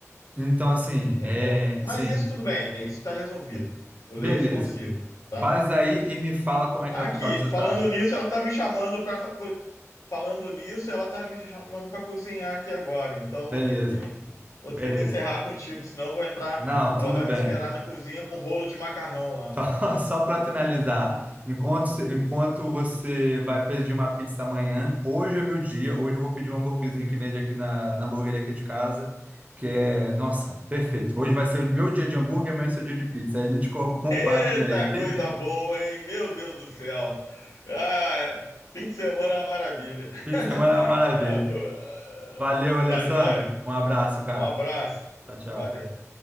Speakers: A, on the right (about 30°); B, on the left (about 80°).
A: Então, assim,
B: entendeu?
A: é,
B: Mas
A: sim,
B: isso tudo bem, isso está resolvido. O
A: beleza.
B: leite consigo, tá?
A: Faz aí e me fala como é que
B: Aqui,
A: vai ficar o resultado.
B: falando nisso, ela tá me chamando para falando nisso, ela tá me chamando para cozinhar aqui agora. Então vou
A: Beleza,
B: ter que vou
A: beleza.
B: ter que encerrar contigo, senão eu vou entrar,
A: Não, tudo
B: ela vai
A: bem.
B: me esperar na cozinha com rolo de macarrão lá.
A: Só, <laughs> só para finalizar, enquanto, enquanto você vai pedir uma pizza amanhã, hoje é meu dia, hoje eu vou pedir um hambúrguerzinho que vende aqui na, na hamburgueria aqui de casa, que é, nossa, perfeito. Hoje vai ser o meu dia de hambúrguer, amanhã é o seu dia de pizza. Aí a gente <laughs> co- compartilha
B: Eita
A: aí. <laughs>
B: coisa boa, hein? Meu Deus do céu. Ah, fim de semana é uma maravilha. <laughs>
A: Fim de semana é uma maravilha.
B: Tá, ah,
A: Valeu, Alessandro.
B: tá joia?
A: Um abraço, cara.
B: Um abraço.
A: Tchau, tchau.
B: Valeu.